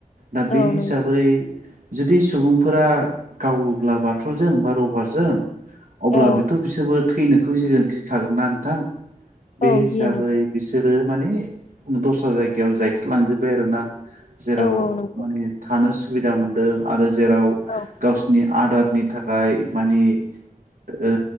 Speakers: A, on the right; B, on the left.
A: दा बे
B: औ
A: हिसाबै
B: नंगौ
A: जुदि सुबुंफोरा गावोब्ला बाथुलजों बा रबारजों अब्ला
B: औ
A: बेथ' बिसोरबो थैनो खौ गिगोन गिखागोनना नोंथां बे
B: औ
A: हिसाबै
B: गियो नोंथां
A: बिसोरो माने दस्रा जायगायाव जायखार लांजोबबाय आरो ना जेराव
B: औ औ नंगौ
A: माने थानो सु सुबिदा मोनदों आरो जेराव
B: औ
A: गावसिनि आदारनि थाखाय माने ओ